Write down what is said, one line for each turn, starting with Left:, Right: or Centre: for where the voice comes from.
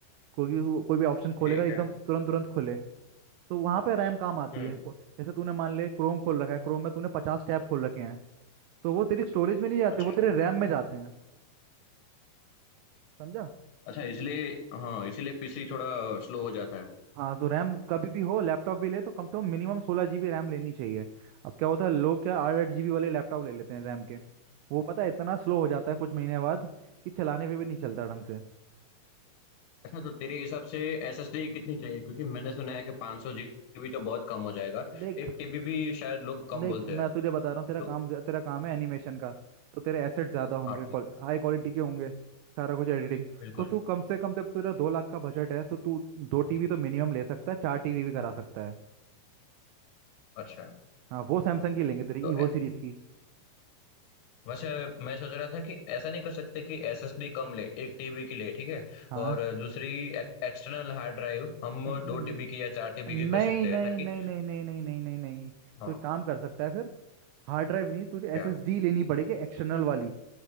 Right: कोई कोई भी ऑप्शन खोलेगा
Left: ठीक
Right: एकदम
Left: है
Right: तुरंत तुरंत खोले तो वहां पे रैम काम आती
Left: हम्म
Right: है को- जैसे तूने मान ले क्रोम खोल रखा है क्रोम में तूने पचास टैब खोल रखे हैं तो वो तेरी स्टोरेज में नहीं जाते
Left: अच्छा
Right: वो तेरे रैम में जाते हैं समझा
Left: अच्छा इसलिए हाँ इसीलिए पीसी थोड़ा स्लो हो जाता है
Right: हाँ तो रैम कभी भी हो लैपटॉप भी ले तो कम से कम मिनिमम सोलह जीबी रैम लेनी चाहिए अब क्या होता है लोग क्या आठ आठ जीबी वाले लैपटॉप ले लेते हैं रैम के वो पता है इतना स्लो हो जाता है कुछ महीने बाद कि चलाने पे भी नहीं चलता ढंग से
Left: अच्छा तो तेरे हिसाब से एसएसडी कितनी चाहिए क्योंकि मैंने सुना है कि 500 जीबी तो बहुत कम हो जाएगा
Right: देख
Left: एक टीबी भी शायद लोग कम
Right: देख
Left: बोलते
Right: मैं
Left: हैं
Right: तुझे बता रहा हूँ तेरा
Left: तो
Right: काम तेरा काम है एनिमेशन का तो तेरे एसेट ज़्यादा होंगे
Left: हाँ ठीक है
Right: हाई क्वालिटी के होंगे सारा कुछ एडिटिंग
Left: बिल्कुल
Right: तो तू कम से कम जब तेरा दो लाख का बजट है तो तू दो टीवी तो मिनिमम ले सकता है चार टीवी भी करा सकता है
Left: अच्छा
Right: हाँ वो सैमसंग की लेंगे तेरी
Left: तो
Right: ईवो
Left: ए-
Right: सीरीज की
Left: वैसे मैं सोच रहा था कि ऐसा नहीं कर सकते कि एसएसडी कम ले एक टीबी की ले ठीक है
Right: हाँ
Left: और दूसरी एक, एक्सटर्नल हार्ड ड्राइव हम
Right: न-
Left: दो टीबी की या चार टीबी
Right: नहीं
Left: की कर सकते
Right: नहीं
Left: हैं ताकि
Right: नहीं नहीं नहीं नहीं नहीं नहीं नहीं
Left: हाँ
Right: तो एक काम कर सकता है फिर हार्ड ड्राइव नहीं तुझे
Left: क्या
Right: एसएसडी लेनी पड़ेगी एक्सटर्नल वाली